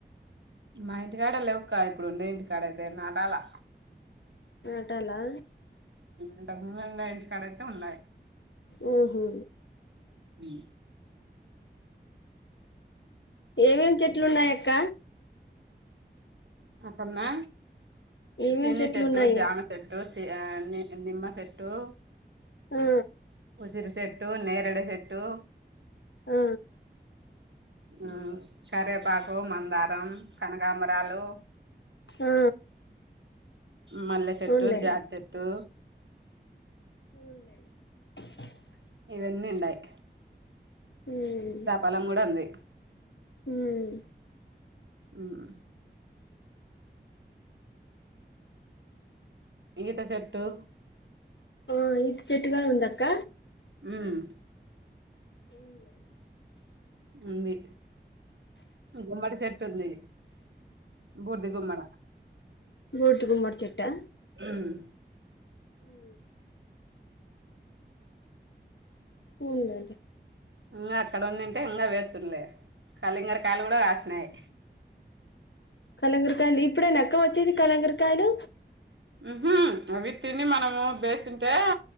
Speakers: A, on the right; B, on the left.
A: మా ఇంటికాడ లేవుక్క ఇప్పుడు ఉండే ఇంటికాడ అయితే నాటలా
B: నాటాల
A: ఇంతకు ముందు ఇంటికాడ అయితే ఉన్నాయి
B: ఓహో
A: <unintelligible>
B: ఏమేమి చెట్లు ఉన్నాయ అక్క
A: అక్కన్నా
B: ఏమేమి
A: సినీ
B: చెట్లు
A: చెట్టు
B: ఉన్నాయి
A: జామ సెట్టు ఆ ని నిమ్ సెట్టు
B: ఆ
A: ఉసిరి సెట్టు నేరేడ చెెట్టు
B: ఆ
A: ఆ కరేపాకు మందారం కనకాంబరాలు
B: ఆ
A: మల్లె చెట్టు
B: అవునులేండి
A: జాజ్ చెట్టు
B: <inaudible>
A: ఇవన్నీవుండాయి
B: మ్మ్
A: బలం గూడా ఉంది
B: మ్మ్
A: మ్మ్ ఈత చెట్టు
B: ఆ ఈత చెట్టుగా ఉందక్క
A: మ్మ్
B: <inaudible>
A: ఉంది గుమ్మడి సెట్ ఉంది బూడ్ది గుమ్మడ
B: బూడ్దిగుమ్మడి చెట్టా
A: మ్మ్
B: ఉ ఉడండి
A: ఇంగా అక్కడ ఉండింటే ఇంగా వేచుండలే కళింగరకాయలు కాసినాయి
B: కలంగరకాయలు ఇప్పుడే నాక్క వచ్చేది కలంగరకాయలు
A: ఉహమ్ అవి తిని మనము బేసింటే